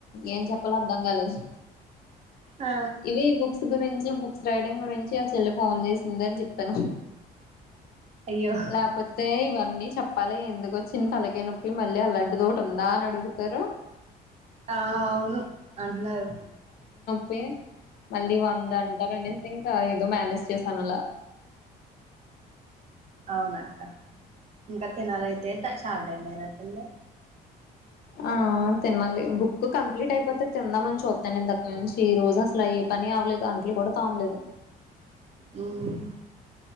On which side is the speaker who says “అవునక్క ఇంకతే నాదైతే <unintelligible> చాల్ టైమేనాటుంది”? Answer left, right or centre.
Right